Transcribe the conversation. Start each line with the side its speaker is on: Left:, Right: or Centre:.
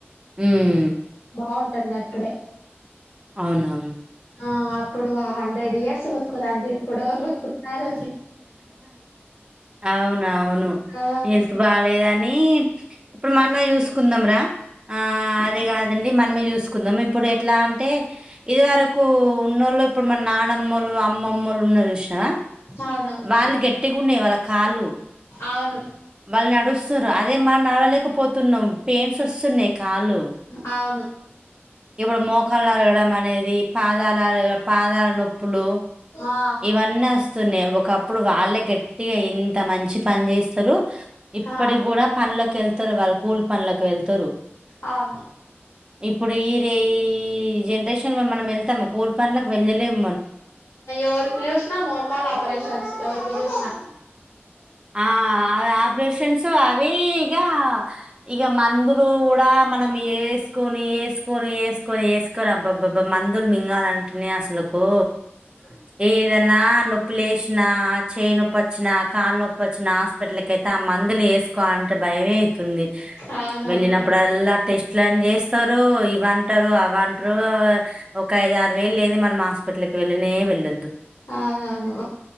Right: మ్మ్
Left: బావుంటునప్పుడే
Right: అవునా
Left: ఆ అప్పుడు ఆ హండ్రెడ్ ఇయర్స్ బతుకుదండ్రీ ఇప్పుడెవరు బతుకుత్నారు
Right: అవునవును
Left: ఆ
Right: హెల్త్ బాలేదని ఇప్పుడు మన్మే చూసుకుందం రా ఆ అదే గాదండి మనమే జూసుకుందాం ఇప్పుడు ఎట్లా అంటే ఇది వరకు ఉన్నోళ్ళు ఇప్పుడు మన నానమ్మోలు అమ్మమ్మోల్లు ఉన్న చూషినవ
Left: అవునవును
Right: వాళ్ళు గెట్టిగుండె వాళ్ళ కాళ్ళు
Left: అవును
Right: వాళ్ళు నడుస్తురు అదే మనం నడవలేకపోతున్నం పెయిన్స్ వస్తున్నాయి కాలు
Left: అవును
Right: ఇప్పుడు మోకాలు అరగడం అనేది పాదాలు అరగ పాదాల నొప్పులు
Left: ఆ
Right: ఇవన్నీ అస్తున్నాయి ఒకప్పుడు వాళ్ళే గెట్టిగా ఎంత మంచి పని చేస్తు ఇప్పటికి
Left: ఆ
Right: గూడా పనులకు ఎళ్తరు వాళ్ళు కూలీ పనులకు వెళ్తరు
Left: అవున
Right: ఇప్పుడు ఈ రే ఈ జనరేషన్లో మనం ఎళ్తామా మనం కూలు పనులకు వెళ్ళలేం
Left: ఎవురుకి చూస్న మోకాల్ ఆపరేషన్స్ ఎవురుకి చూస్నా
Right: ఆ అదాపరేషన్స్ అవిగా ఇగ మందులు గూడా మనం ఏస్కోని ఏస్కొని ఏస్కోని ఏస్ అబ్బబ్బబ్బా మందులు మింగాలంటనే అసలుకు
Left: అ
Right: ఏదన్నా నొప్పు లేష్నా చెయ్యి నొప్పచ్చినా కాళ్లు నొప్పచ్చినా హాస్పిటల్ కైతే మందులు ఏసుకోలంటే భయమైతుంది
Left: అవునవును
Right: వెళ్ళినప్పుడల్లా ఇట్లని జేస్తారు ఇవంటరు అవంట్రు ఒక ఐదారు వేలు లేని మనం హాస్పిటల్కి వెళ్ళనే వెళ్ళొద్దు
Left: అవునవును